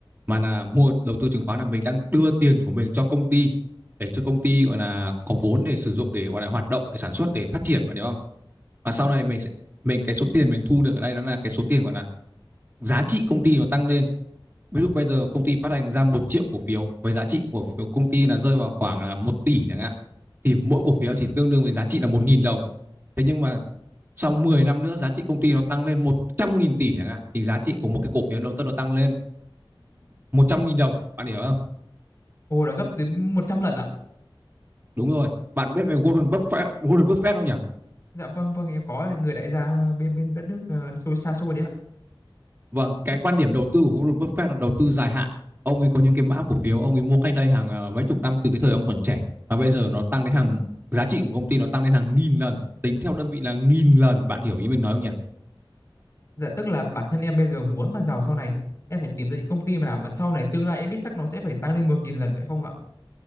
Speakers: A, on the right; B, on the left.
A: mà là mua đầu tư chứng khoán là mình đang đưa tiền của mình cho công ty để cho công ty gọi là có vốn để sử dụng để gọi là hoạt động để sản xuất để phát triển bạn hiểu không và sau này mình sẽ mình cái số tiền mình thu được ở đây đó là cái số tiền gọi là giá trị công ty nó tăng lên Ví dụ bây giờ công ty phát hành ra một triệu cổ phiếu với giá trị của phiếu công ty là rơi vào khoảng là một tỷ chẳng hạn thì mỗi cổ phiếu chỉ tương đương với giá trị là 1.000 đồng. Thế nhưng mà sau 10 năm nữa giá trị công ty nó tăng lên một trăm nghìn tỷ chẳng hạn thì giá trị của một cái cổ phiếu đầu tư nó tăng lên 100.000 đồng. Bạn hiểu không?
B: Ồ là gấp đến trăm lần ạ.
A: Đúng rồi. Bạn biết về Warren Buffett, Warren Buffett không nhỉ?
B: Dạ vâng vâng em có người đại gia bên bên đất nước ờ, xôi xa xôi đấy ạ.
A: Vâng, cái quan điểm đầu tư của Warren Buffett là đầu tư dài hạn. Ông ấy có những cái mã cổ phiếu ông ấy mua cách đây hàng ờ, mấy chục năm từ cái thời ông còn trẻ mà bây giờ nó tăng đến hàng giá trị của công ty nó tăng đến hàng nghìn lần, tính theo đơn vị là nghìn lần. Bạn hiểu ý mình nói không nhỉ?
B: Dạ tức là bản thân em bây giờ muốn mà giàu sau này em phải tìm ra những công ty mà nào mà sau này tương lai em biết chắc nó sẽ phải tăng lên 10 nghìn lần vậy không ạ?